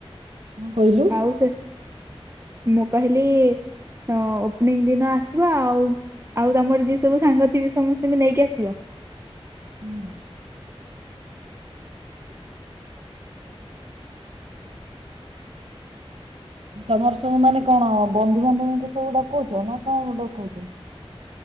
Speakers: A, on the right (about 75°); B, on the right (about 25°).
A: କଁ କଇଲୁ?
B: ଆଉ ସେ, ମୁଁ କହିଲି ହଁ ଓପ୍ନିଙ୍ଗ୍ ଦିନ ଆସିବ ଆଉ। ଆଉ ତମର ଯିଏ ସବୁ ସାଙ୍ଗ ଥିବେ ସମସ୍ତିଙ୍କୁ ନେଇକି ଆସିବ।
A: ହୁଁ। ତମର ସବୁ ମାନେ କଣ ବନ୍ଧୁବାନ୍ଧବଙ୍କୁ ସବୁ ଡକଉଚ ନା କଣ ଡକଉଚ?